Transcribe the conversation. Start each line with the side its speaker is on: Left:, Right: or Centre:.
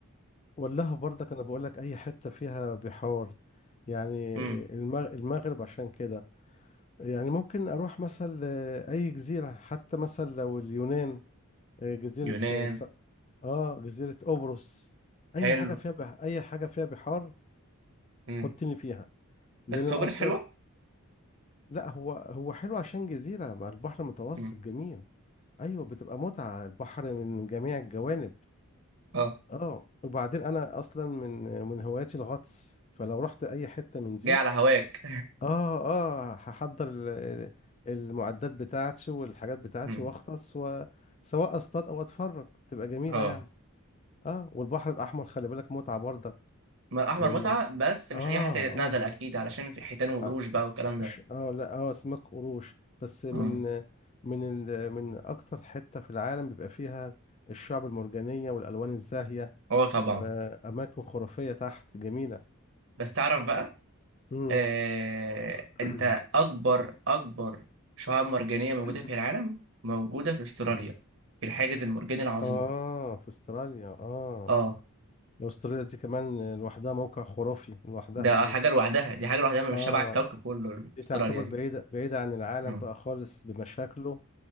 Left: ولاها برضك انا بقول لك اي حته فيها بحار يعني
Right: امم
Left: المغ- المغرب عشان كده يعني ممكن اروح مثلا اي جزيره حتى مثلا لو اليونان آه، جزيره
Right: يونان
Left: اه س- آه، جزيره قبرص اي
Right: حلو
Left: حاجه فيها بح اي حاجه فيها بحار
Right: امم
Left: حطني فيها لان
Right: بس
Left: أنا
Right: هو بلاش
Left: اصلا
Right: حلوه
Left: لا هو هو حلو عشان جزيره مع البحر المتوسط
Right: امم
Left: جميل ايوه بتبقى متعه البحر من جميع الجوانب
Right: اه
Left: اه وبعدين انا اصلا من من هواياتي الغطس فلو رحت اي حته من دي
Right: جاي على هواك
Left: اه اه هحضر ال- ال- المعدات بتاعتي والحاجات
Right: <laughs>
Left: بتاعتي
Right: امم
Left: واغطس وسواء اصطاد او اتفرج تبقى جميله
Right: اه
Left: يعني اه والبحر الاحمر خلي بالك متعه برضك
Right: ما احمر
Left: لان
Right: متعه بس مش
Left: اه اه
Right: اي حته تتنازل اكيد علشان في حيتان وقروش
Left: اه
Right: بقى والكلام ده
Left: أش- آه، لا اه اسماك قروش بس من
Right: مم.
Left: من ال- من اكتر حته في العالم بيبقى فيها الشعب المرجانيه والالوان الزاهيه
Right: اه طبعا
Left: واماكن خرافيه تحت جميله
Right: بس تعرف بقى
Left: امم
Right: آه
Left: <coughs>
Right: انت اكبر اكبر شعاب مرجانيه موجوده
Left: <clears throat>
Right: في العالم موجوده في استراليا في الحاجز المرجاني العظيم
Left: اه في استراليا اه
Right: اه
Left: أستراليا دي كمان لوحدها موقع خرافي لوحدها
Right: ده
Left: دي
Right: حاجه لوحدها دي حاجه لوحدها مش
Left: اه
Right: شبه الكوكب كله
Left: دي
Right: استراليا
Left: تعتبر
Right: دي
Left: بعيدة بعيدة عن العالم
Right: مم.
Left: بقى خالص بمشاكله